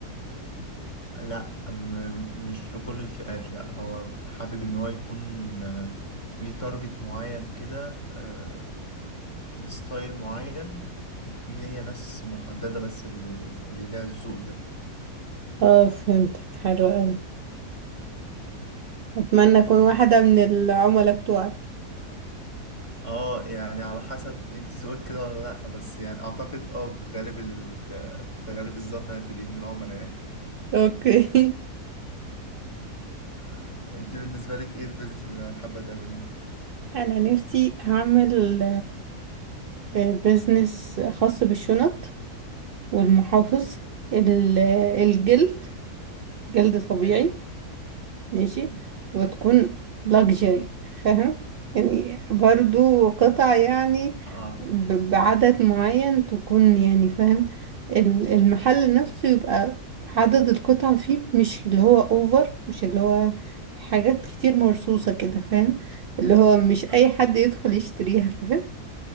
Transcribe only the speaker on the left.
لا م- مش لكل الفئات لا هو حابب ان هو يكون آه، ليه تارجت معين كده آه، بستايل معين في هي ناس محددة بس اللي, اللي ليها الذوق ده
انت
بالنسبة
لك
اه يعني على حسب انت ذوقك كده ولا لأ بس يعني اعتقد اه في غالب ال في غالب الظن هتبقي من العملاء يعني
<laughs> انت بالنسبة لك ايه البيزنس اللي حابة تعمليه؟
اوكي
حلو
حلو
اه
اه